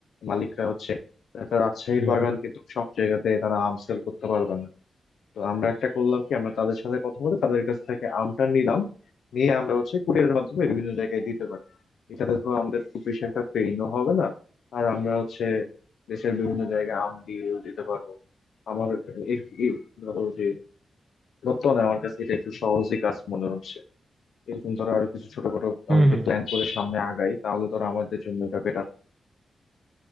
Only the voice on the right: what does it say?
হুম
হুম
হুম
হুম।